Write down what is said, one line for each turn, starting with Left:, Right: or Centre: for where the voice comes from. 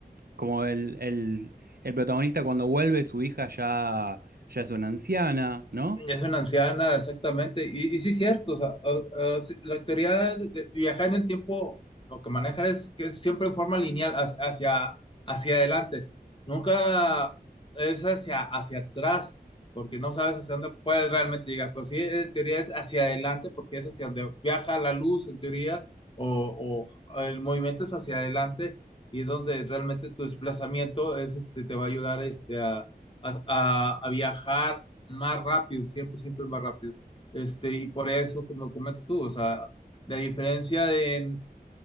Right: como el, el- el protagonista cuando vuelve, su hija ya, ya es una anciana, ¿no?
Left: Ya es una anciana, exactamente. Y, y sí, cierto. O sea, o- o sí, la teoría de, de viajar en el tiempo, lo que maneja es que es siempre en forma lineal hacia, hacia, hacia adelante. Nunca es hacia, hacia atrás, porque no sabes hacia dónde puedes realmente llegar. Pero sí, en teoría es hacia adelante, porque es hacia donde viaja la luz, en teoría, o, o el movimiento es hacia adelante, y es donde realmente tu desplazamiento es, este, te va a ayudar este, a a, a- a viajar más rápido, siempre, siempre más rápido. Este, y por eso, como comentas tú, o sea, la diferencia de, en-